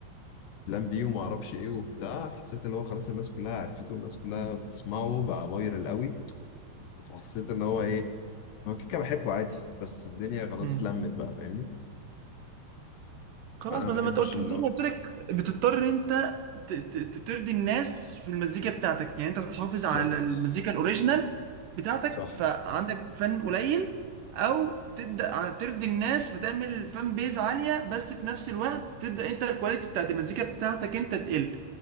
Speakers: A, on the left; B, on the right.
A: بلان بي وما اعرفش ايه وبتاع حسيت ان هو خلاص الناس كلها عرفته والناس كلها بتسمعه بقى فايرال قوي فحسيت ان هو ايه هو كيكه بحبه عادي بس الدنيا خلاص
B: مم.
A: لمت بقى فاهمني
B: خلاص
A: فانا ما
B: ما
A: بحبش
B: زي ما انت قلت
A: اللي
B: زي
A: هو
B: ما قلت لك بتضطر ان انت ت- ت- ت- ترضي الناس في المزيكا بتاعتك يعني انت تحافظ
A: بالظبط
B: على المزيكا الاوريجينال بتاعتك
A: صح
B: فعندك فن قليل او تبدا ع- ترضي الناس فتعمل فان بيز عاليه بس في نفس الوقت تبدا انت الكواليتي بتاعت المزيكا بتاعتك انت تقل